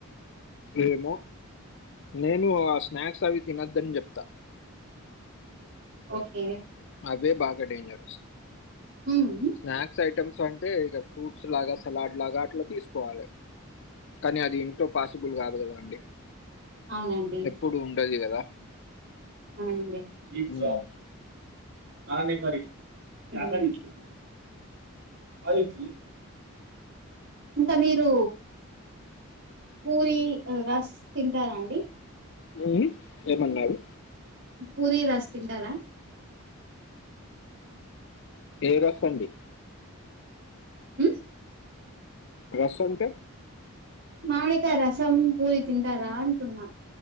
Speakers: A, on the left; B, on the right.
A: ఏమో నేను ఆ స్నాక్స్ అవి తినద్దని చెప్తా
B: ఓకే
A: అవే బాగా డేంజరస్
B: ఉమ్
A: స్నాక్స్ ఐ ఐటమ్స్ అంటే ఇక ఫ్రూట్స్ లాగా సలాడ్ లాగా అట్లా తీసుకోవాలి కానీ అది ఇంట్లో పాసిబుల్ కాదు కదా అండి
B: అవునండి
A: ఎప్పుడు ఉండది కదా
B: అవున్లే <unintelligible>
A: ఉమ్,
B: అననీ మరి <unintelligible> ఇంక మీరు పూరి రస్ తింటారా అండి
A: ఏమీ ఏమన్నారు
B: పూరి రాస్ తింటారా
A: ఏ రాస్ అండి
B: ఉమ్
A: రస్ అంటే
B: మావిడికాయా రసం పూరి తింటారా అంటున్నా